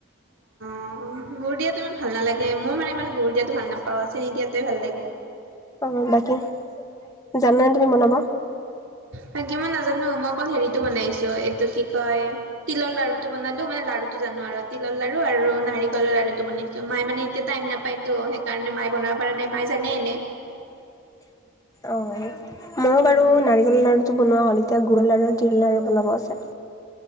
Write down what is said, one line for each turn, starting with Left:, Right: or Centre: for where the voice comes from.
Right: অ গুুৰ দিয়াটো ইমান ভাল নালাগে মই মানে ইমান গুৰ দিয়াতো ভাল নাপাও চেনি দিয়াতোৱে ভাল লাগে
Left: অ বাকী জানা নাই তুমি বনাব
Right: বাকী মই নাজানো মই অকল হেৰিটো বনাইছো এইটো কি কয় তিলৰ লাৰু টো বনালো মানে লাৰু টো জানো আৰু তিলৰ লাৰু আৰু নাৰিকলৰ লাৰুটো বনাইছো মায়ে এতিয়া টাইম নাপায়তো সেইকাৰণে মাই বনাব পৰা মাই জানে এনে
Left: অ ময়ো বাৰু
Right: উম
Left: নাৰিকল লাৰু বস্তু বনোৱা হ'ল এতিয়া গুৰৰ লাৰু আৰু তিল লাৰু বনাব আছে